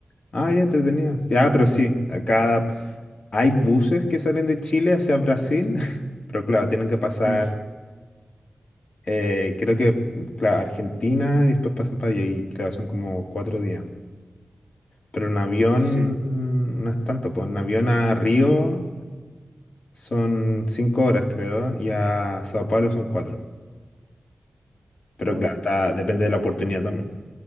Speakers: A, on the left; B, on the right.
A: Ah, ya entretenido. Ya, pero sí. Acá hay buses que salen de Chile hacia Brasil. <laughs> Pero claro, tienen que pasar.
B: Mm,
A: eh, creo que, claro, Argentina y después pasan para allá. Y claro, son como cuatro días. Pero en avión
B: sí,
A: mm, no es tanto, pues en avión a Río son cinco horas, creo, y a Sao Paulo son cuatro. Pero
B: wow.
A: claro, está- depende de la oportunidad también.